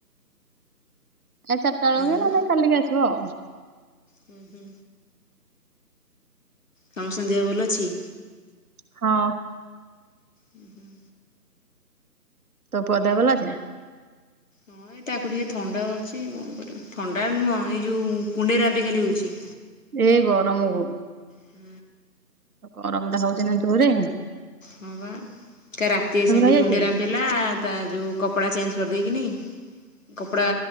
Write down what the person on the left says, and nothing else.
ଆଉ
ହୁଁ ହୁଁ। ସମସ୍ତଙ୍କ ଦେହ ଭଲ ଅଛି?
ହୁଁ ହୁଁ।
ହଁ ଏଇ ତାକୁ ଟିକେ ଥଣ୍ଡା ଧରିଛି କଣ କରିବ, ଥଣ୍ଡା ନୁହଁ ଏଇ ଯୋଉ କୁଣ୍ଡେଇରାମ୍ପି ଖାଲି ହଉଛି।
ହୁଁ।
ହଁ ବା କ ରାତିରେ ସେମିତି
କୁଣ୍ଡେଇ
ରାମ୍ପି ହେ, ତା ଯୋଉ କପଡା ଚେଞ୍ଜ କରିଦେଇକିନି କପଡା